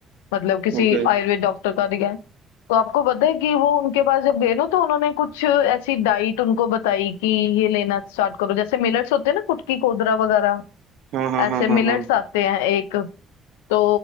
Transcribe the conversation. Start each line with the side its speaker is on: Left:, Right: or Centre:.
Left: मतलब किसी
Right: ओके
Left: आयुर्वेद डॉक्टर का दिखाया तो आपको पता है कि वो उनके पास जब गए ना तो उन्होंने कुछ ऐसी डाइट उनको बताई कि ये लेना स्टार्ट करो जैसे मिलेट्स होते हैं ना कुटकी कोदरा वगैरह
Right: हाँ हाँ
Left: ऐसे
Right: हाँ हाँ
Left: मिलेट्स
Right: हाँ
Left: आते हैं एक तो